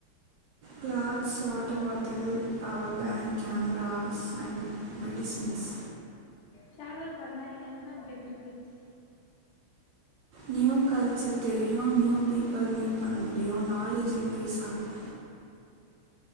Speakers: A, on the right (about 70°); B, on the left (about 85°).
A: க்ளாத்ஸ் வாட்டர் பாட்டில் இது power bank cameras and medicines
B: travel பண்ணா என்ன பெனிஃபிட்ஸ்
A: நியூ கல்ச்சர் தெரியும் நியூ பீப்பள் மீட் பண்ண முடியும் நாலேஜ் இன்க்ரீஸ் ஆகும்